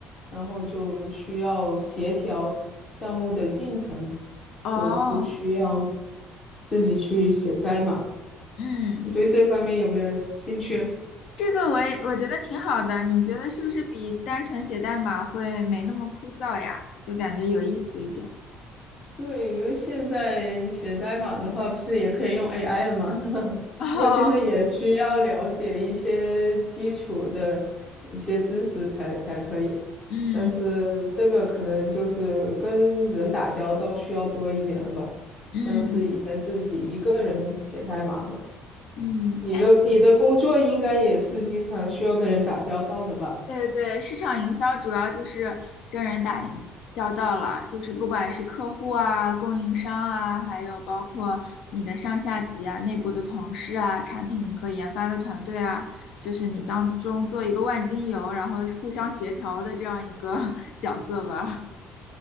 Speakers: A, on the left; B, on the left.
A: 然后就需要协调项目的进程，
B: 哦，
A: 就不需要自己去写代码。
B: 嗯，
A: 你对这方面有没有兴趣？
B: 这个我也我觉得挺好的，你觉得是不是比单纯写代码会没那么枯燥呀？就感觉有意思一点。
A: 对，因为现在写代码的话，不是也可以用 AI 了吗？<laughs>
B: <laughs> 哦，
A: 不过其实也需要了解一些基础的一些知识才才可以，
B: 嗯
A: 但是这个可能就是跟人打交道需要多一点了吧，
B: 嗯
A: 像是以前自己一个人写代码嘛。
B: 嗯，
A: 你的你的工作应该也是经常需要跟人打交道的吧？
B: 对对，市场营销主要就是跟人打营交道了，就是不管是客户啊、供应商啊，还有包括你的上下级啊、内部的同事啊、产品和研发的团队啊，就是你当中做一个万金油，然后互相协调的这样一个 <laughs> 角色吧。